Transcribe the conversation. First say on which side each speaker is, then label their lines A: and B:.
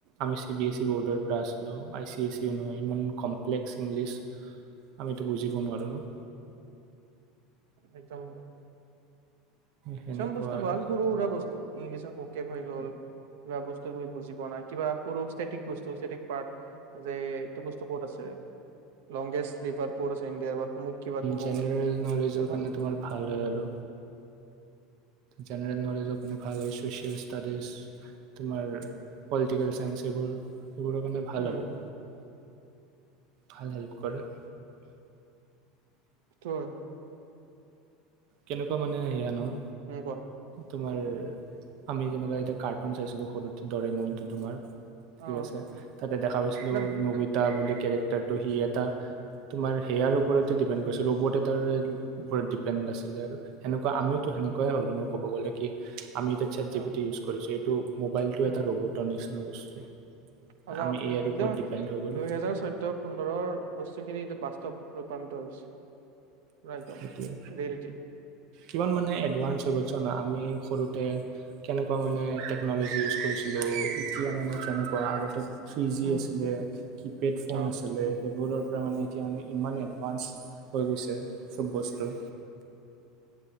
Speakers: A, on the right; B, on the right.
A: আমি চি বি এছ ই ব'ৰ্ডৰ পৰা আছিলোঁ আই চি এছ ই নহয় ইমান কমপ্লেক্স ইংলিছ আমিতো বুজিব নোৱাৰোঁ ন।
B: একদম।
A: সেনেকুৱা
B: চব বস্তু
A: আৰু
B: ভাল সৰু সুৰা বস্তু ই চ সকে হৈ গ'ল। কিবা বস্তু তুমি বুজি পোৱা নাই কি বাৰু টিক বস্তু পাৰ্ যে এইটো বস্তু ক'ত আছে? লংগেষ্ট ৰিভাৰ কত আছে ইণ্ডিয়াৰ বা কিবা তুম
A: জেনেৰেল নলেজৰ
B: ভাল
A: কাৰণে তোমাৰ ভাল হয় আৰু জেনেৰেল নলেজৰ কাৰণে ভাল হয় ছ'চিয়েল ষ্টাডিজ, তোমাৰ পলিটিকেল চাইন্স, এইবোৰ হেইবোৰৰ কাৰণে ভাল
B: উম
A: আৰু। ভাল হেল্প কৰে।
B: টোৱে।
A: কেনেকুৱা মানে সেয়া ন?
B: উম কোৱা
A: তোমাৰ আমি যেনেকা এতিয়া কাৰ্টুন চাইছিলো সৰুতে দৰিমণ তোমাৰ ঠিক
B: অ
A: আছে তাতে দেখা পাইছিলো
B: মানে
A: নবিতা বুলি কেৰেক্টাৰটো সি এটা তোমাৰ সেয়াৰ ওপৰতে ডিপেণ্ড কৰি ৰ'বট এটাৰ ওপৰত ডিপেণ্ড আছে। আছিলে আৰু সেনেকুৱা আমিও টো সেনেকুৱাই হ'লো ক'ব গ'লে কি আমি এতিয়া চে্ট জি
B: অ
A: পি টি ইউজ কৰিছো এইটো মোবাইল টো
B: উম
A: এটা ৰোবটৰ নিছি চিনা বস্তু।
B: <unintelligible>
A: আমি এ আইৰ
B: একদম
A: ওপৰত ডিপেণ্ড
B: দুইহেজাৰ
A: হৈ গ'লোঁ
B: চৈধ্যয় পোন্ধৰৰ বস্ বস্তুখিনি এতিয়া বাস্তৱ ৰূপানিত হৈছে। পোৰা একদম
A: সেইটোৱে
B: ৰিয়েলিটি।
A: কিমান মানে এডভানঞ্চ হৈ গ'ল চোৱা না, আমি সৰুতে কেনেকুৱা মানে টেকন'লজি ইউজ কৰিছিলোঁ এতিয়া মানে কেনেকুৱা আগতে থ্ৰী জি
B: উম
A: আছিলে কিপেড ফোন
B: অ
A: আছিলে সেইবোৰৰ পৰা মানে এতিয়া মানে ইমান এডভানঞ্চ হৈ গৈছে। চব বস্তু